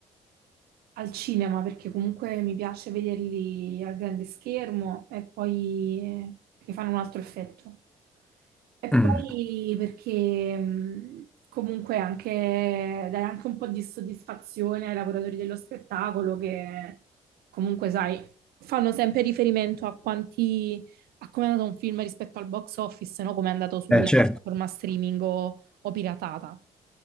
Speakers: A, on the right (about 70°); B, in the centre.
A: al cinema perché comunque mi piace vederli al grande schermo e poi perché fanno un altro effetto. E
B: Mm.
A: poi perché mh, comunque anche dai anche un po' di soddisfazione ai lavoratori dello spettacolo che comunque, sai, fanno sempre riferimento a quanti a come è andato un film rispetto al box office, no? Come è andato sulla
B: Eh, certo.
A: piattaforma streaming o o piratata.